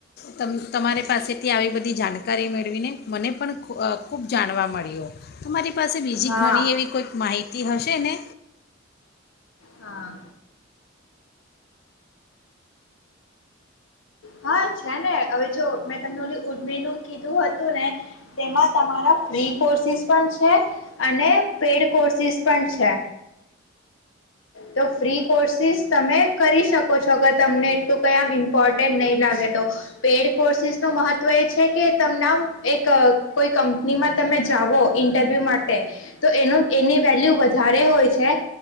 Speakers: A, on the left; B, on the left.
A: તમ તમારી પાસેથી આવી બધી જાણકારી મેળવીને મને પણ ખૂબ જાણવા મળ્યું. મારી પાસે બીજી
B: હા
A: ઘણી એવી કોઈક માહિતી માહિતી હશે નને
B: હા હા, છે ને હવે જો મેં તમને ઉજમેનું કીધું હતું ને તેમાં તમારા ફ્રી કોર્સિસ પણ છે અને પેડ કોર્સિસ પણ છે. તો ફ્રી કોર્સિસ તમે કરી શકો છો અગર તમને એટલું કં આમ ઇમ્પોર્ટન્ટ નહીં લાગે તો પેડ કોર્સિસ ન મહત્વ એ છે કે તમને એક કોઈ કંપનીમાં તમે જઓ ઇન્ટરવ્યુ માટે તો એનું એની વેલ્યુ વધારે હોય છે